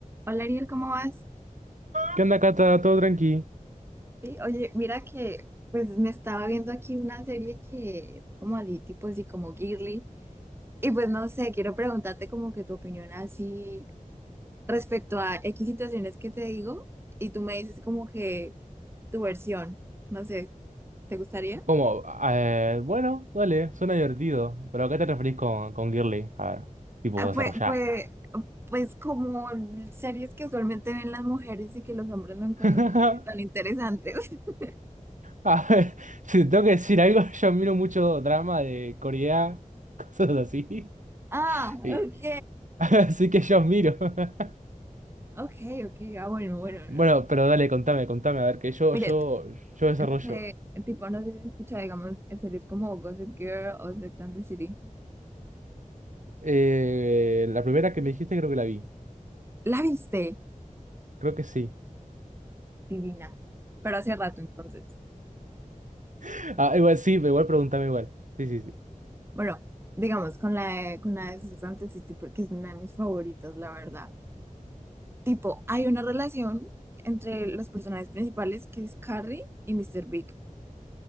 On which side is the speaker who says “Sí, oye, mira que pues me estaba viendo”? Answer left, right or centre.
Right